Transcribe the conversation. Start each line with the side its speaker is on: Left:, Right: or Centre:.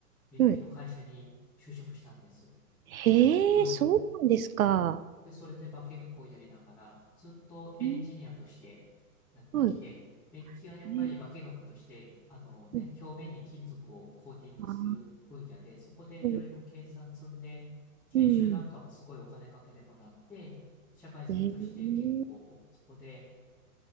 Centre: メッキの会社に就職したんです。
Right: はいへえ、
Centre: はい。
Right: そうなんですか。
Centre: で、それで化学をやりながら、ずっとエンジニアとしてやってきて、
Right: うんは
Centre: メッキはやっぱり化学として、
Right: い。え
Centre: あのね、
Right: うん。
Centre: 表面に金属をコーティングする分野で、
Right: ああ、
Centre: そこでいろいろ研鑽積んで、
Right: うん、
Centre: 研修なんかもすごいお金かけてもらって、
Right: うん。
Centre: 社会人として結構そこで、
Right: えー、